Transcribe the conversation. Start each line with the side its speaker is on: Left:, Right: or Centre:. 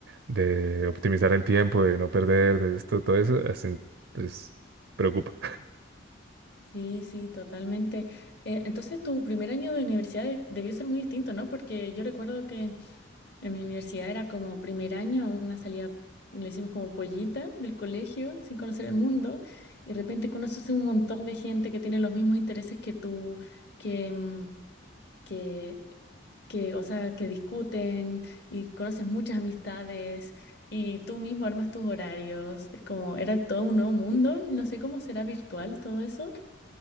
Right: de optimizar el tiempo, de no perder, de esto, todo eso. Así, entonces preocupa.
Left: Sí, sí, totalmente. Eh, entonces, tu primer año de universidad de- debió ser muy distinto, ¿no? Porque yo recuerdo que en mi universidad era como primer año, una salida, le hicimos como pollita del colegio, sin conocer el mundo, y de repente conoces un montón de gente que tiene los mismos intereses que tú, que, mm, que que, o sea, que discuten y conoces muchas amistades y tú mismo armas tus horarios. Es como, era todo un nuevo mundo. No sé cómo será virtual todo eso.